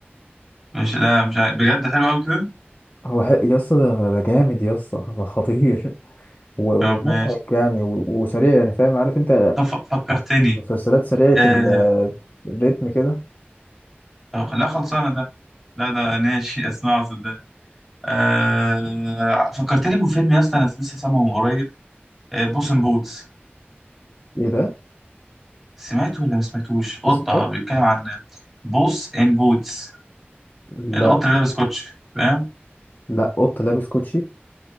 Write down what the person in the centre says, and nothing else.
مش لا مش عارف. بجد حلو قوي كده
طب
ماشي
طب ف- فكرتني
آه...
طب لا خلصانه ده لا ده ماشي <laughs> اسمعه صدقني آه... فكرتني بفيلم يا اسطى انا لسه سامعه من قريب آه... بوس ان بوتس
سمعته ولا ما سمعتوش قطه
بيتكلم عن بوس ان بوتس
القط اللي لابس كوتش فاهم